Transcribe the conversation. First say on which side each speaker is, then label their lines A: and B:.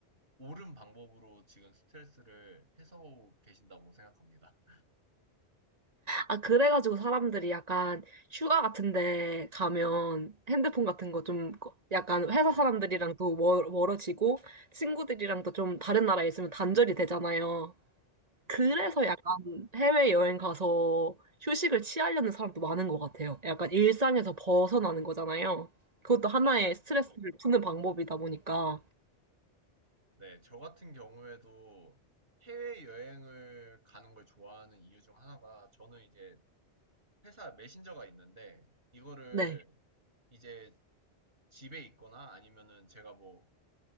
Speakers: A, on the right (about 60°); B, on the right (about 35°).
A: 옳은 방법으로 지금 스트레스를 해소하고 계신다고 생각합니다.
B: 아, 그래가지고 사람들이 약간 휴가 같은데 가면 핸드폰 같은 거 좀 약간
A: 음.
B: 회사 사람들이랑도 멀- 멀어지고 친구들이랑도 좀 다른 나라에 있으면 단절이 되잖아요.
A: 네네.
B: 그래서 약간 해외여행 가서 휴식을 취하려는 사람도 많은 것 같아요. 약간 일상에서 벗어나는 거잖아요. 그것도 하나의
A: 맞아요.
B: 스트레스를 푸는 방법이다 보니까.
A: 네. 저 같은 경우에도 해외여행을 가는 걸 좋아하는 이유 중 하나가 저는 이제 회사 메신저가 있는데 이거를
B: 네.
A: 이제 집에 있거나 아니면은 제가 뭐